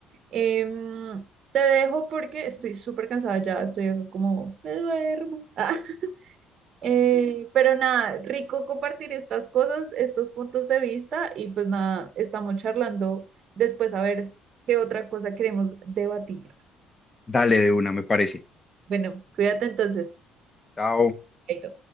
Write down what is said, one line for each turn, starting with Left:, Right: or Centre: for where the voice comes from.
Right: Em, te dejo porque estoy súper cansada ya, estoy acá como, me duermo. <laughs> Eh, pero nada, rico compartir estas cosas, estos puntos de vista y pues nada, estamos charlando después a ver qué otra cosa queremos debatir.
Left: Dale de una, me parece.
Right: Bueno, cuídate entonces.
Left: Chao.
Right: Chaito.